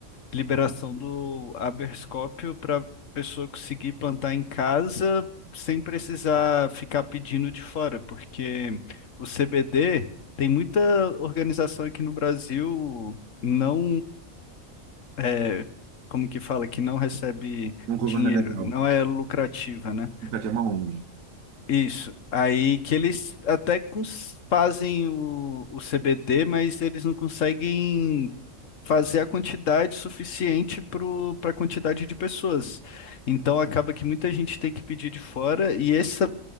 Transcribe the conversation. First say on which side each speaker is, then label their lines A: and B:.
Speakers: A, on the left; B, on the right.
A: liberação do Aberscópio para pessoa conseguir plantar em casa sem precisar ficar pedindo de fora, porque o CBD tem muita organização aqui no Brasil não é, como que fala, que não recebe
B: Não governamental.
A: dinheiro, não é lucrativa, né?
B: Nunca tinha uma ONG.
A: Isso. Aí que eles até cons- fazem o, o CBD, mas eles não conseguem fazer a quantidade suficiente para a quantidade de pessoas. Então acaba que muita gente tem que pedir de fora e essa,